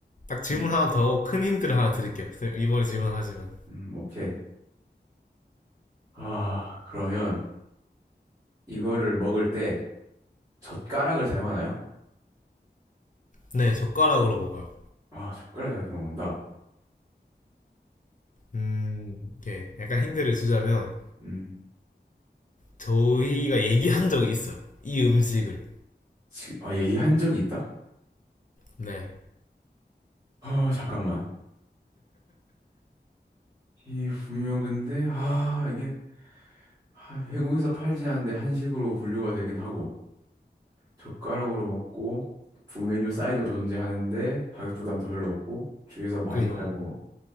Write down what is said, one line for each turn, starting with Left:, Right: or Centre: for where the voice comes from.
Left: 딱 질문
Right: 음,
Left: 하나 더 하고 큰 힌트를 하나 드릴게요. 쌤, 이번에 질문하시면.
Right: 음 오케이 아 그러면 이거를 먹을 때 젓가락을 사용하나요?
Left: 네, 젓가락으로 먹어요.
Right: 아 젓가락을 사용한다
Left: 음, 이렇게 약간 힌트를 주자면,
Right: 음
Left: 저희가 얘기한 적이 있어요. 이 음식을.
Right: 지금 아 얘기한 적이 있다?
Left: 네.
Right: 아 잠깐만 이 분명 근데 아 이게 아, 외국에서 팔지 않는데 한식으로 분류가 되긴 하고 젓가락으로 먹고 부 메뉴 사이드로 존재하는데 가격 부담도 별로 없고 주위에서 많이
Left: 그죠
Right: 팔고